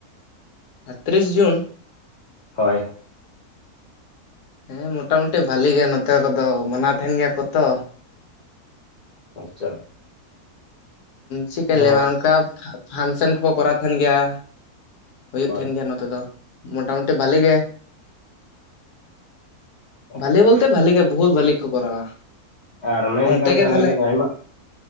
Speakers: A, on the left (about 80°); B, on the left (about 45°).
A: ᱟ, ᱛᱤᱨᱤᱥ ᱡᱩᱱ?
B: ᱦᱳᱭ᱾
A: ᱦᱮᱸ ᱢᱚᱴᱟᱢᱩᱴᱤ ᱵᱷᱟᱞᱤ ᱜᱮ ᱱᱚᱛᱮ ᱠᱚᱫᱚ, ᱢᱟᱱᱟᱣ ᱛᱟᱦᱮᱱ ᱜᱮᱭᱟ ᱠᱚ ᱛᱚ᱾
B: ᱟᱪᱪᱷᱟ᱾
A: ᱪᱮᱫᱠᱟᱧ
B: ᱛᱚ
A: ᱞᱟᱹᱭᱟᱢᱟ ᱚᱱᱠᱟ ᱯᱷᱟᱱᱥᱮᱱ ᱠᱚᱠᱚ ᱠᱚᱨᱟᱣ ᱛᱟᱦᱮᱱ ᱜᱮᱭᱟ᱾ ᱦᱩᱭᱩᱜ
B: ᱦᱳᱭ
A: ᱛᱟᱦᱮᱱ ᱜᱮᱭᱟ ᱱᱚᱛᱮ ᱫᱚ ᱢᱳᱴᱟ ᱢᱩᱴᱤ ᱵᱷᱟᱞᱮ ᱜᱮ᱾
B: ᱟᱪᱪᱷᱟ
A: ᱵᱷᱷᱟᱞᱤ ᱵᱚᱞᱛᱮ ᱵᱷᱷᱟᱞᱤ ᱜᱮ ᱵᱚᱦᱩᱛ ᱵᱷᱟᱞᱤ ᱠᱚ ᱠᱚᱨᱟᱣᱟ᱾
B: ᱟᱨ ᱢᱮᱱᱮᱫ
A: ᱚᱱᱛᱮ ᱜᱮ
B: ᱛᱟᱦᱮᱱᱟ
A: ᱛᱟᱦᱚᱞᱮ
B: ᱞᱤᱧ ᱟᱭᱢᱟ,